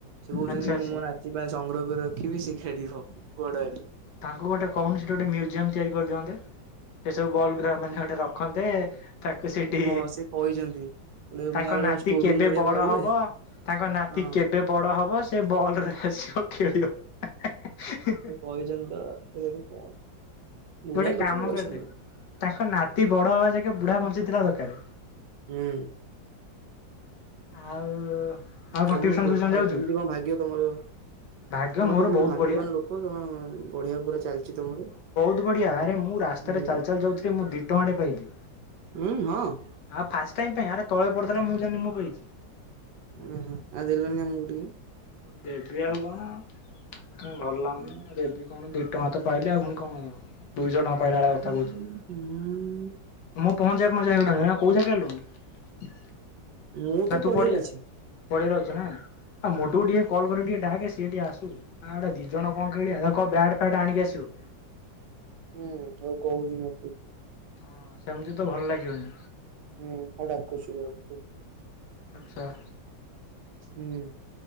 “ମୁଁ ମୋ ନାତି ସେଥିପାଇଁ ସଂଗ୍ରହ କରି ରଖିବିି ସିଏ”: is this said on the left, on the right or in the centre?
Right